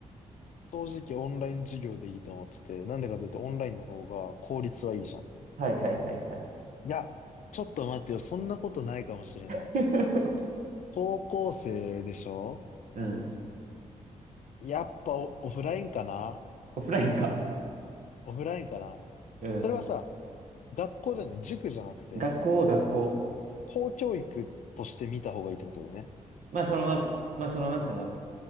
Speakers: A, on the left; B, on the right.
A: 正直オンライン授業でいいと思ってて、なんでかというとオンラインの方が効率はいいじゃん。
B: はいはいはいはい。
A: いや、ちょっと待ってよ、そんなことないかもしれない。
B: <laughs>
A: 高校生でしょ
B: うん。
A: やっぱオ、オフラインかな
B: オフラインか。
A: オフラインかな
B: うん。
A: それはさ、学校だよね、塾じゃなくて、
B: 学校は学校。
A: 公教育として見た方がいいってことだよね。
B: まあその、まあ、まあその、なんていうの、